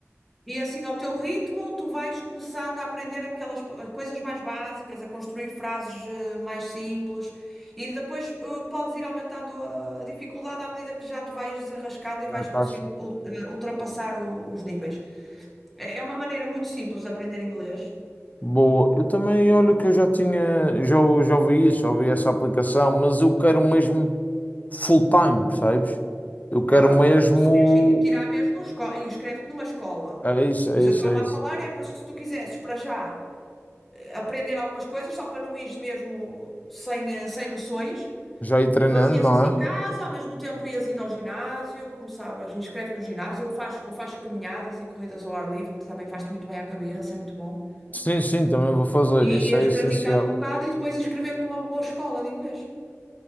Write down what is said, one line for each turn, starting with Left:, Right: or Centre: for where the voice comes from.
Centre: E assim, ao teu ritmo, tu vais começando a aprender aquelas pa- coisas mais básicas, a construir frases eh, mais simples, e depois eh, podes ir aumentando a dificuldade à medida que já te vais desenrascando e vais
Left: Já estás.
Centre: conseguindo ul- eh, ultrapassar o- os níveis. É é uma maneira muito simples de aprender inglês.
Left: Boa, eu também olho que eu já tinha, já, já ouvi isso, já ouvi essa aplicação, mas eu quero
Centre: Sim.
Left: mesmo. full time, percebes? Eu quero
Centre: Ah,
Left: mesmo.
Centre: pois, mas se queres ir tirar mesmo, esco- inscreve-te numa escola.
Left: É isso,
Centre: Mas
Left: é isso,
Centre: eu estava
Left: é isso.
Centre: a falar é para se tu quisesses para já eh, aprender algumas coisas, só para não ires mesmo sem, eh, sem noções.
Left: Já ir treinando,
Centre: Fazias
Left: não
Centre: isso
Left: é?
Centre: em casa, ao mesmo tempo ias indo ao ginásio, começavas, inscreve-te no ginásio, ou faz, ou faz caminhadas e corridas ao ar livre, que também faz-te muito bem à cabeça, é muito bom.
Left: Sim, sim, também vou fazer.
Centre: E
Left: Isso
Centre: ias
Left: é essencial.
Centre: praticando um bocado e depois inscrever-te numa boa escola de inglês.